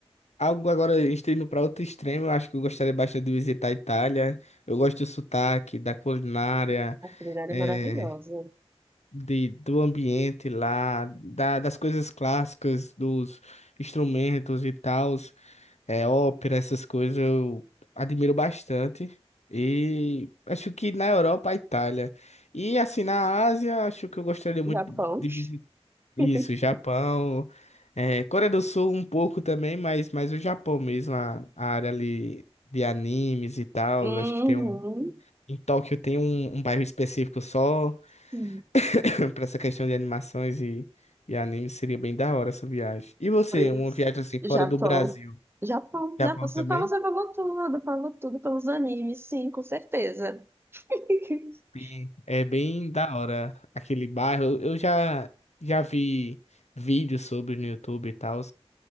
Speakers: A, on the left; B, on the right.
A: Algo agora, a gente tá indo para outro extremo, eu acho que eu gostaria bastante de visitar a Itália. Eu gosto do sotaque, da culinária,
B: A culinária
A: é,
B: é maravilhosa.
A: de, do ambiente lá, da- das coisas clássicas, dos instrumentos e tal. é, ópera, essas coisas eu admiro bastante. E acho que na Europa, a Itália. E assim, na Ásia, acho que eu gostaria muito
B: Japão.
A: de visitar isso,
B: <laughs>
A: Japão, é, Coreia do Sul um pouco também, mas, mas o Japão mesmo, a, a área ali de animes e tal.
B: Uhum.
A: Acho que tem um. Em Tóquio tem um, um bairro específico só
B: Sim.
A: <coughs> <clears throat> para essa questão de animações e, e animes. Seria bem da hora essa viagem. E você,
B: Pois,
A: uma viagem assim fora
B: Japão.
A: do Brasil?
B: Japão,
A: Japão
B: Japão. Você
A: também?
B: falou, você falou tudo, falou tudo pelos animes, sim, com certeza. <laughs>
A: Bem- É bem da hora aquele bairro. Eu já já vi vídeos sobre no YouTube e tal.